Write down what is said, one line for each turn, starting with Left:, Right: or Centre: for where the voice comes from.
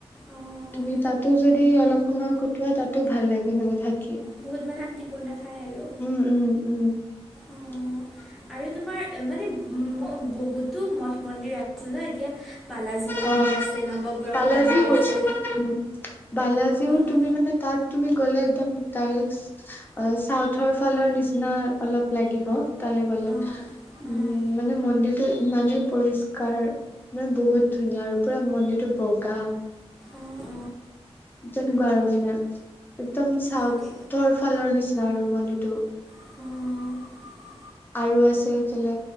Centre: অঁ
Left: তুমি তাতো যদি অলপ সময় কটোৱা তাতো ভাল লাগে মানে থাক
Centre: বহু মানে শান্তিপূৰ্ণ। ঠাই আৰু
Left: উম উম উম <unintelligible>
Centre: অঁ আৰু তোমাৰ মানে উ বহুতো মঠ মন্দিৰ আছে ন এতিয়া বালাজী মন্দিৰ
Left: অ
Centre: আছে নৱগ্ৰহ
Left: বালাজী
Centre: মন্দিৰ
Left: গৈছো
Centre: আছে।
Left: উম। বালাজীও
Centre: অঁ
Left: তুমি মানে তাত তুমি গলে একদম ডাইৰেক্ট অ চাউথৰ ফালৰ নিচিনা অলপ লাগিব তালে গ লে,
Centre: অঁ
Left: উম
Centre: অঁ
Left: মানে মন্দিৰটো ইমানেই পৰিষ্কাৰ মানে বহুত ধুনীয়া আৰু পুৰা মন্দিৰটো বগা।
Centre: অ অ।
Left: তেনেকুৱা আৰু মানে একদম চাউথৰ
Centre: তাকে
Left: ফালৰ নিচিনা আৰু মন্দিৰটো।
Centre: অঁ।
Left: আৰু আছে এইফালে